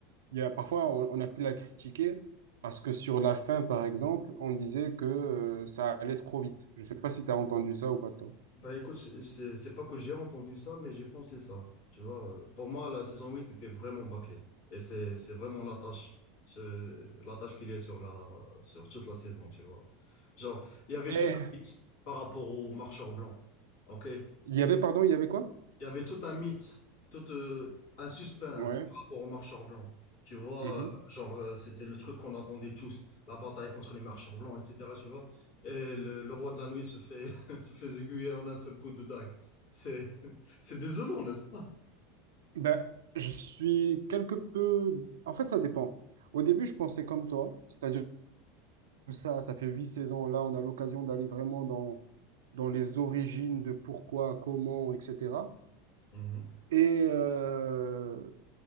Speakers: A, on the right; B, on the left.
A: Il y a, parfois, on, on a pu la critiquer parce que sur la fin, par exemple, on disait que euh, ça allait trop vite. Je ne sais pas si tu as entendu ça ou pas, toi.
B: Bah écoute, c'est c'est- c'est pas que j'ai entendu ça, mais j'ai pensé ça. Tu vois, euh, pour moi, la saison 8 était vraiment bâclée. Et c'est c'est vraiment la tâche, ce- la tâche qu'il y a sur, la, sur toute la saison, tu vois. Genre, il
A: Eh,
B: y avait toute la suite par rapport aux marcheurs blancs. OK?
A: il y avait, pardon, il y avait quoi?
B: Il y avait tout un mythe, tout euh, un suspense
A: Ouais.
B: par rapport aux marcheurs blancs. Tu vois,
A: Mhm.
B: euh, genre, euh, c'était le truc qu'on attendait tous, la bataille contre les marcheurs blancs, etc. Tu vois, et le, le roi de la nuit se fait, <laughs> se fait aiguiller en un seul coup de dague. C'est, <laughs> c'est désolant, n'est-ce pas?
A: Ben, je suis quelque peu... En fait, ça dépend. Au début, je pensais comme toi, c'est-à-dire que ça, ça fait huit saisons. Là, on a l'occasion d'aller vraiment dans, dans les origines de pourquoi, comment, etc.
B: Mhm.
A: Et, euh,